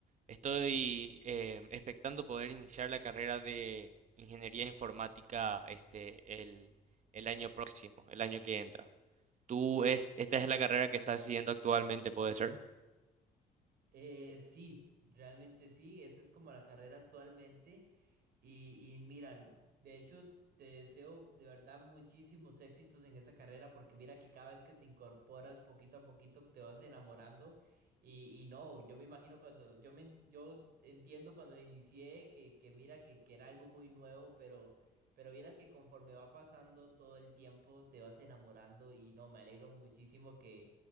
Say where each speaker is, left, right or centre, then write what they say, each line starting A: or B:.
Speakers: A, on the right; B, on the right.
A: Estoy eh, expectando poder iniciar la carrera de ingeniería informática este, el, el año próximo, el año que entra. ¿Tú es, esta es la carrera que estás siguiendo actualmente, puede ser?
B: Eh, sí, realmente sí, esa es como la carrera actualmente. Y, y mira, de hecho, te deseo de verdad muchísimos éxitos en esa carrera porque mira que cada vez que te incorporas poquito a poquito te vas enamorando y, y no, yo me imagino cuando, yo me, yo entiendo cuando inicié que, que mira que, que era algo muy nuevo, pero, pero vieras que conforme va pasando todo el tiempo te vas enamorando y no, me alegro muchísimo que,